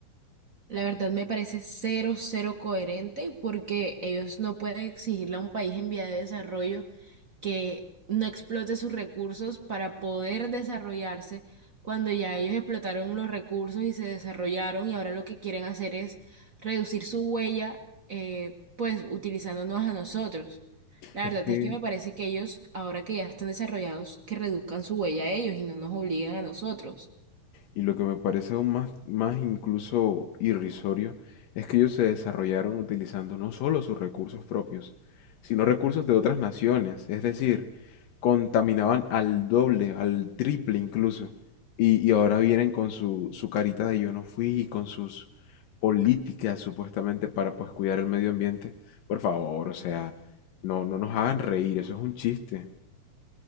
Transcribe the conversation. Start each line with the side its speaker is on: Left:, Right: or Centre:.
Right: La verdad me parece cero, cero coherente porque ellos no pueden exigirle a un país en vía de desarrollo que no explote sus recursos para poder desarrollarse cuando ya ellos explotaron los recursos y se desarrollaron y ahora lo que quieren hacer es reducir su huella, eh, pues utilizándonos a nosotros. La
Left: Es
Right: verdad
Left: que
Right: es que me parece que ellos, ahora que ya están desarrollados, que reduzcan su huella a ellos y no nos obliguen a nosotros.
Left: Y lo que me parece aún más, más incluso irrisorio es que ellos se desarrollaron utilizando no solo sus recursos propios, sino recursos de otras naciones, es decir, contaminaban al doble, al triple incluso. Y, y ahora vienen con su, su carita de yo no fui y con sus políticas supuestamente para pues cuidar el medio ambiente. Por favor, o sea, no, no nos hagan reír, eso es un chiste.